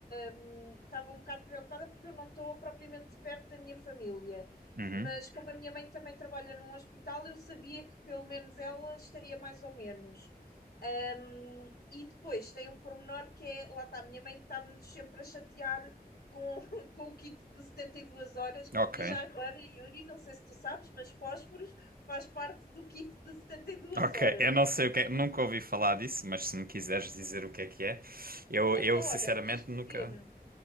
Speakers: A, on the left; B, on the right.
A: hum, estava um bocado preocupada porque eu não estou propriamente perto da minha família,
B: Uhum,
A: mas como a minha mãe também trabalha num hospital, eu sabia que pelo menos ela estaria mais ou menos. Hum, e depois tem um pormenor que é, lá está, a minha mãe está-me sempre a chatear com, <laughs> com o kit de 72 horas,
B: ok.
A: e já agora, Yuri, não sei se tu sabes, mas fósforos faz parte do kit de 72
B: Ok,
A: horas.
B: eu não sei o que é, nunca ouvi falar disso, mas se me quiseres dizer o que é que é, eu,
A: Então,
B: eu sinceramente
A: olha, tens de
B: nunca.
A: ter.